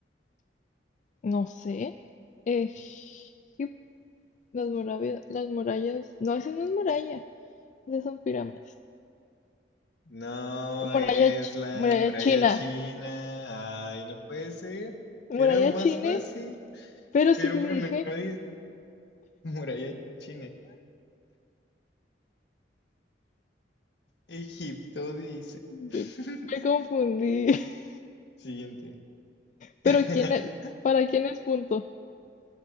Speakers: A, on the left; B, on the left.
A: No sé. Egipto, las murallas, las murallas. No, esa no es muralla. Esas son pirámides.
B: No,
A: Muralla,
B: es
A: ch-
B: la
A: muralla
B: muralla
A: china.
B: china. Ay, no puede ser.
A: Muralla
B: Era lo más
A: china.
B: fácil.
A: Pero
B: Pero
A: sí que
B: primero
A: dije.
B: dice <laughs> muralla china. Egipto dice. <laughs>
A: Me, me confundí. <laughs>
B: Siguiente.
A: Pero
B: <laughs>
A: quién es, ¿para quién es punto?